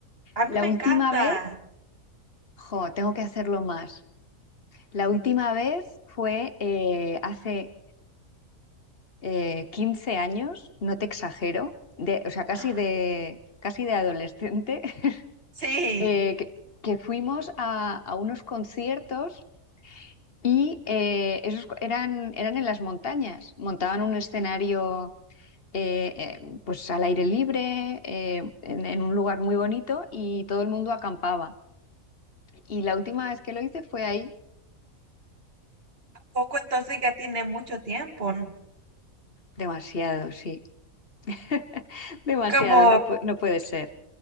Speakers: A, on the right; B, on the left.
A: A mí
B: La
A: me
B: última
A: encanta.
B: vez, jo, tengo que hacerlo más. La última vez fue eh, hace eh, 15 años, no te exagero, de, o sea, casi
A: Ah,
B: de, casi de adolescente, <laughs>
A: Sí.
B: eh, que, que fuimos a, a unos conciertos y eh, esos eran, eran en las montañas. Montaban un escenario eh, eh, pues al aire libre, eh, en, en un lugar muy bonito y todo el mundo acampaba. Y la última vez que lo hice fue ahí.
A: Poco entonces ya tiene mucho tiempo. ¿no?
B: Demasiado, sí. <laughs> Demasiado,
A: Como
B: no, pu- no puede ser.